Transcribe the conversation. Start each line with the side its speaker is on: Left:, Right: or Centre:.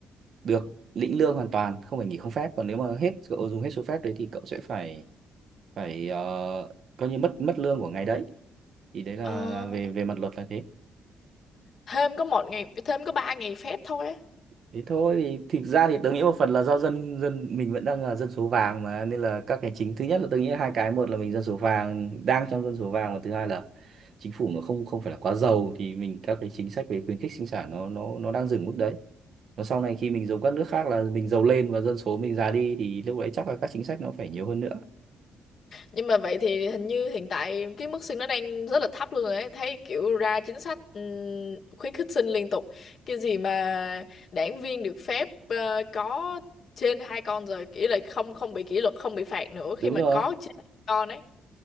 Right: được lĩnh lương hoàn toàn không phải nghỉ không phép còn nếu mà hết cậu dùng hết số phép đấy thì cậu sẽ phải phải ờ, coi như mất mất lương của ngày đấy thì đấy là,
Left: ờ,
Right: là về về mặt luật là thế
Left: thêm có một ngày thêm có ba ngày phép thôi á Ừ.
Right: thế thôi thì thực ra thì tôi nghĩ một phần là do dân dân mình vẫn đang là dân số vàng mà nên là các cái chính thứ nhất là tôi nghĩ hai cái một là mình dân số vàng đang trong dân số vàng và thứ hai là chính phủ nó không không phải là quá giàu thì mình các cái chính sách về khuyến khích sinh sản nó nó nó đang dừng mức đấy và sau này khi mình giống các nước khác là mình giàu lên và dân số mình già đi thì lúc đấy chắc là các chính sách nó phải nhiều hơn nữa
Left: Nhưng mà vậy thì hình như hiện tại cái mức sinh nó đang rất là thấp luôn rồi ấy. Thấy kiểu ra chính sách ừm, khuyến khích sinh liên tục. Cái gì mà đảng viên được phép ờ, có trên hai con rồi, kỷ là không không bị kỷ luật, không bị phạt nữa khi
Right: đúng
Left: mà
Right: rồi
Left: có trên hai con ấy.